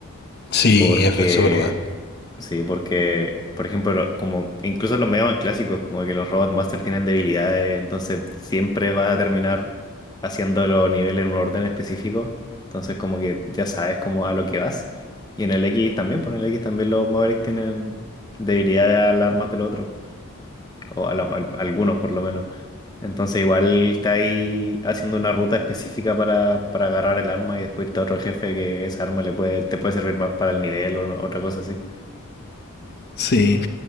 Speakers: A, on the left; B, on the left.
A: Sí,
B: Porque.
A: es- eso es verdad.
B: Sí, porque, por ejemplo, como incluso los medios más clásicos, como que los Robot Master tienen debilidades, entonces siempre va a terminar haciendo los niveles en un orden específico. Entonces, como que ya sabes como a lo que vas. Y en el X también, por el X también los Mavericks tienen debilidades a las armas del otro, o a la- al- algunos por lo menos. Entonces, igual está ahí haciendo una ruta específica para, para agarrar el arma y después irte a otro jefe que esa arma le puede, te puede servir más para el nivel o otra cosa así.
A: sí,